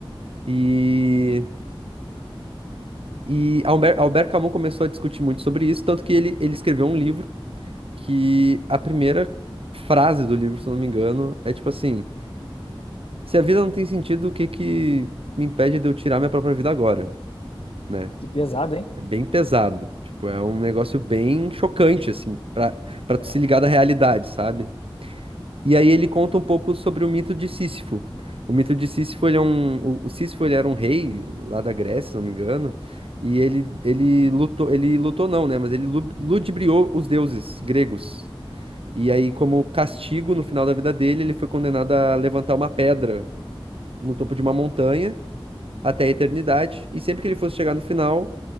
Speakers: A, on the right; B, on the left.
A: E, e Albert, Albert Camus começou a discutir muito sobre isso, tanto que ele, ele escreveu um livro que a primeira frase do livro, se eu não me engano, é tipo assim: Se a vida não tem sentido, o que que me impede de eu tirar minha própria vida agora? né?
B: Que pesado,
A: É bem pesado. Tipo, é um negócio bem chocante, assim, pra, pra
B: hein?
A: tu se ligar da realidade, sabe? E aí ele conta um pouco sobre o mito de Sísifo. O mito de Sísifo, ele é um... O o Sísifo, ele era um rei lá da Grécia, se não me engano, e ele, ele lutou... Ele lutou não, né? Mas ele lu- ludibriou os deuses gregos. E aí, como castigo, no final da vida dele, ele foi condenado a levantar uma pedra no topo de uma montanha até a eternidade, e sempre que ele fosse chegar no final,